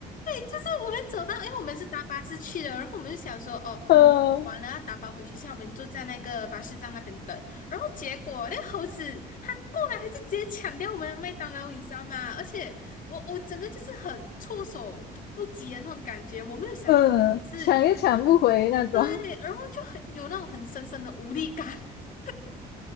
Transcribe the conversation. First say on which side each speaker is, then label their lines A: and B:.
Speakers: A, on the left (about 50°); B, on the left (about 70°).
A: 就是我们走到，因为我们是搭巴士去的，然后我们就想说，哦，
B: <laughs>
A: 我们完了要打包回学校，我们就在那个巴士站那边等。然后结果那个猴子它过来，它就直接抢掉我们的麦当劳，你知道吗？而且我 <laughs> 我整个就是很措手不及的那种感觉，我没有想到是，
B: 嗯，抢也抢不回那种，
A: 对，
B: <laughs>
A: 然后就很有那种很深深的无力感。<laughs>